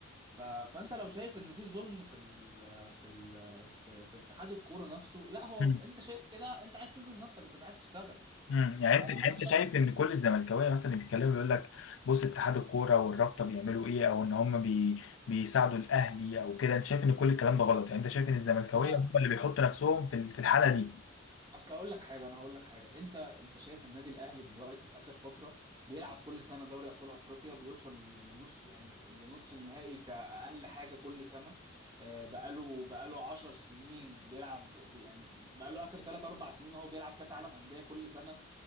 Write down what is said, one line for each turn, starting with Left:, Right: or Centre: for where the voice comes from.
Right: ف... فانت لو شايف ان في ظلم في ال... في ال... في, في اتحاد الكوره نفسه لا هو
Left: مم.
Right: انت شايف كده انت عايز تظلم نفسك انت مش عايز تشتغل
Left: امم يعني
Right: فانا
Left: انت يعني انت
Right: شا...
Left: شايف ان كل الزملكاويه مثلا اللي بيتكلموا بيقول لك بص اتحاد الكوره والرابطه بيعملوا ايه او ان هم بي... بيساعدوا الاهلي او كده انت شايف ان كل الكلام ده غلط يعني انت شايف ان الزملكاويه
Right: انا
Left: هم اللي بيحطوا نفسهم في ال- في الحاله دي
Right: اصل هقول لك حاجه انا هقول لك حاجه انت انت شايف النادي الاهلي دلوقتي في اخر فتره بيلعب كل سنه دوري ابطال افريقيا بيوصل لنص يعني لنص النهائي كاقل حاجه كل سنه آه، بقاله بقاله 10 سنين بيلعب يعني بقاله اخر 3 4 سنين هو بيلعب كاس عالم انديه كل سنه